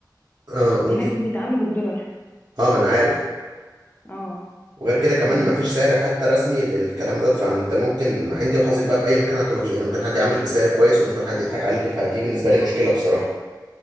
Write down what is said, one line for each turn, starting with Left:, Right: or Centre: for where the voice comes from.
Right: آه قول
Left: هناك
Right: إيه
Left: بيتعاملوا بالدولار
Right: أه ما أنا عارف
Left: اه
Right: وغير كده كمان
Left: كمل
Right: ما فيش سعر حتى رسمي للكلام ده فانت ممكن انت وحظك بقى في اي مكان هتروحيه يعني ممكن حد يعاملك بسعر كويس وممكن حد يضحك عليك فدي بالنسبه لي مشكله بصراحه